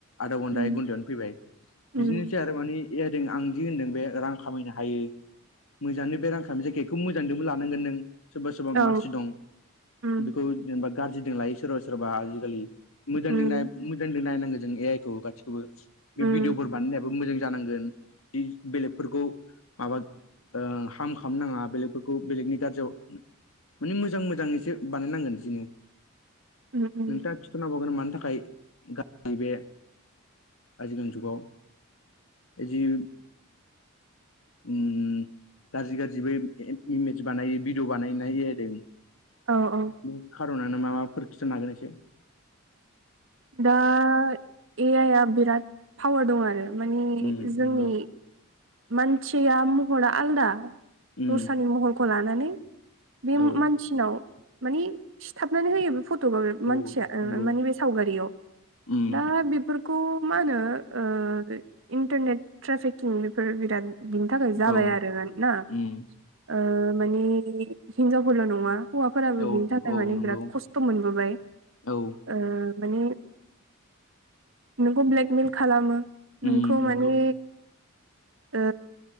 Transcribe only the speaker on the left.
आधा घन्टा
एक घन्टायावनो फैबाय बिदिनोसै
आरो। माने ए आइदों आं दि होनदों बे रां खामायनो हायो। मोजांनो बे रां खामाय जायखिजाया बेखौ मोजांजोंबो लानांगोन नों। सोरबा सोरबा
मानसि दं
बेखौ जेनेबा गाज्रिदों लायो सोरबा सोरबा आजिखालि। मोजांजों
नाय मोजांदों नायनांगौ जों ए आइखौ गासिखौबो बे
भिडिअफोर बानायनायाबो मोजां जानांगोन जि बेलेगफोरखौ माबा ओं हार्म खालामनो नाङा बेलेगफोरखौ बेलेगनि गाज्रियाव माने मोजां मोजां एसे बानायनांगोन बिदिनो
नोंथाङा खिथानो हाबावगोन मानि थाखाय गा बे आजिखालिनि जुगाव जि उम उम गाज्रि गाज्रिबो इमेज बानायो भिडिअ बानायनाय जादों।
बे खारनानो मा माफोर <unintelligible> नाजानायसो।
उम
नंगौ
उम
औ
औ
नंगौ
उम
औ
उम
औ
औ
नंगौ
औ
उम नंगौ